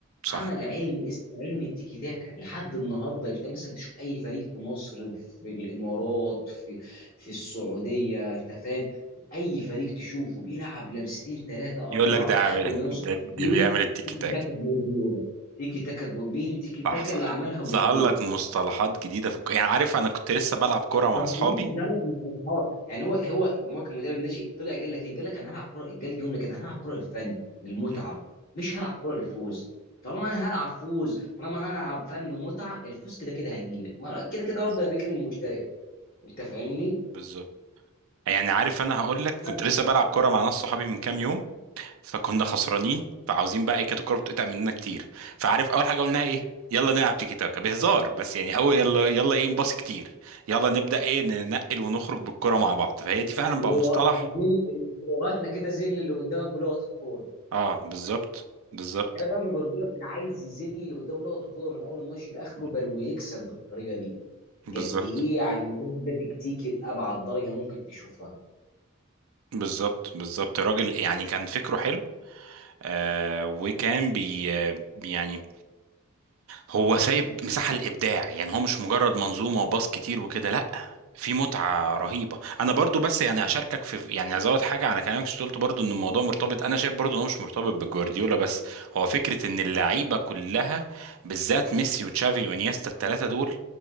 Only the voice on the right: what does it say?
صح
يقول
لك ده
عامل
ده, ده
بيعمل التيكي
تاك
صح صح
ظهر لك مصطلحات جديدة في الك... يعني عارف أنا كنت لسه بلعب كورة مع أصحابي
مم.
بالظبط
بالظبط يعني عارف أنا هقول لك
كنت لسه بلعب كورة مع ناس صحابي من كام يوم فكنا خسرانين فعاوزين بقى إيه كانت الكورة بتقطع مننا كتير فعارف أول حاجة قلناها إيه يلا نلعب تيكي تاكا بهزار بس يعني أول يلا يلا إيه نباصي كتير يلا نبدأ إيه ننقل ونخرج بالكورة مع بعض فهي دي فعلا
بقى
مصطلح
آه بالظبط بالظبط
مم.
بالظبط
بالظبط بالظبط راجل يعني كان فكره حلو آه وكان بي آه، يعني هو سايب مساحة للإبداع يعني هو مش مجرد منظومة وباص كتير وكده لأ في متعة رهيبة أنا برضو بس يعني أشاركك في يعني أزود حاجة على كلامك شو قلت برضو إن الموضوع مرتبط أنا شايف برضو إن هو مش مرتبط بجوارديولا بس هو فكرة إن اللعيبة كلها بالذات ميسي وتشافي وإنيستا التلاتة دول